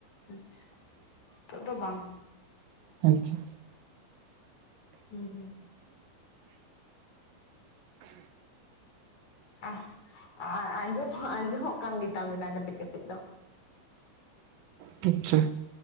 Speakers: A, on the left (about 50°); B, on the right (about 75°).
A: ᱟᱪᱪᱷᱟ ᱱᱤᱛᱚᱜ ᱫᱚ ᱵᱟᱝ
B: ᱟᱪᱪᱷᱟ
A: ᱦᱩᱸ ᱦᱩᱸ ᱟᱜ ᱟᱻ ᱟᱸᱡᱚᱢ ᱫᱚ ᱟᱸᱡᱚᱢᱚᱜ ᱠᱟᱱ ᱜᱮᱛᱟ ᱵᱮᱱᱟ ᱠᱟᱹᱴᱤᱡ ᱠᱟᱹᱴᱤᱡ ᱫᱚ
B: ᱴᱷᱤᱠ ᱜᱮᱭᱟ